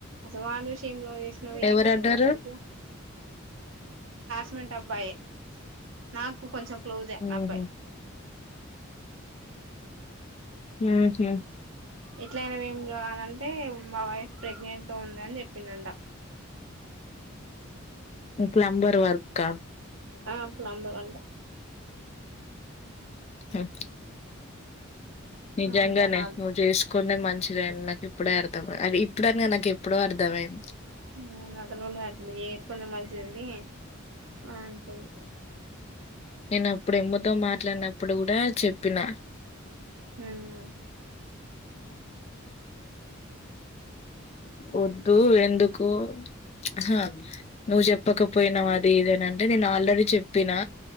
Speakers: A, on the right; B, on the left.
A: అసలు వాన్ని చూస్ ఏం లవ్ చేసినవో ఏమో
B: ఎవరన్నారు
A: నువ్వు అసలుకి స్ మెంట్ అబ్బాయే నాకు కొంచెం క్లోజే
B: ఊహూ
A: అబ్బాయి
B: ఊ హుమ్
A: ఇట్లయినవ్ ఏమి రా అనంటే మా వైఫ్ ప్రెగ్నెంట్ తో ఉందని చెప్పిండంట.
B: ప్లంబర్ వర్కా?
A: ఆ ప్లంబర్ అంట
B: ఉ నిజంగానే
A: అంటా నాతో
B: నువ్వు చేస్ కో కుండ మంచిగయింది నాకు ఇప్పుడే అర్థం అది ఇప్పుడని గాదు నాకు ఎప్పుడో అర్థమయింది.
A: హూమ్ <unintelligible> ఇప్పుడు చేస్కుంది మా చెల్లి అంటది.
B: నేను అప్పుడు ఇమ్ముతో మాట్లాడినప్పుడు గూడా చెప్పినా
A: ఊమ్
B: వద్దు ఎందుకు? అహా నువ్వు చెప్పకపోయినవా అది ఇది అనంటే నేను ఆల్రెడీ చెప్పినా